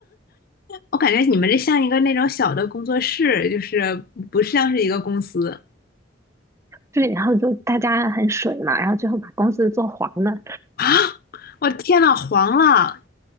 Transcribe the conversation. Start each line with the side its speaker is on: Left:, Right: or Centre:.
Left: 我感觉你们这像一个那种小的工作室，就是不像是一个公司
Right: 对，然后就大家很水嘛，然后最后把公司做黄了。
Left: 啊！我的天呐，黄了，